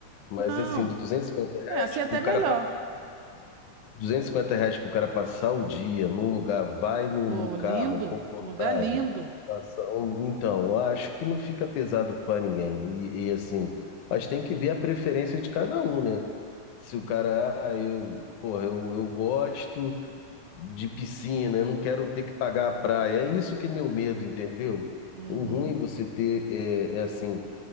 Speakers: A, on the left; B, on the right.
A: Mas
B: Não,
A: assim, duzentos e cinquenta reais
B: é assim é até
A: pro cara,
B: melhor.
A: pa- 250 reais pro cara passar o dia num lugar, vai num,
B: Pô,
A: num
B: lindo,
A: carro confortável,
B: lugar lindo.
A: passa um- Então, eu acho que não fica pesado para ninguém. E, e, assim, mas tem que ver a preferência de cada um, né? Se o cara, ah, eu, porra, eu, eu gosto de piscina, eu não quero ter que pagar a praia. É isso que é meu medo, entendeu?
B: Uhum.
A: O ruim você ter é, é assim.